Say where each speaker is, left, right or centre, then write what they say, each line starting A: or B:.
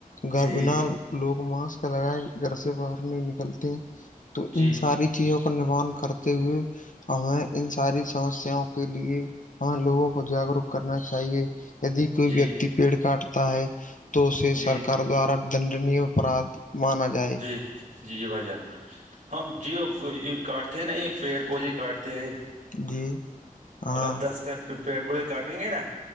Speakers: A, on the left (about 60°); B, on the right (about 65°).
A: گھر
B: جی
A: بنا لوگ ماسک لگائے گھر سے باہر نہیں نکلتے تو
B: جی
A: ان
B: جی
A: ساری چیزوں کا نوان کرتے ہوئے اور ہمیں انسانی سمسیاؤں کے لیے ہم لوگوں جاگروک کرنا چاہیے یدی کولی
B: جی
A: ویکتی پیڑ کاٹتا ہے تو سے
B: جی
A: سرکار دوارا دنڈنی اپرادھ مانا جائے
B: جی جی بھائی جان ہم جیو کاٹتے ہیں نہیں پیڑ پودے کاٹتے ہیں
A: جی ہاں
B: اگر دس کے پیڑ پودے کاٹیں گے نا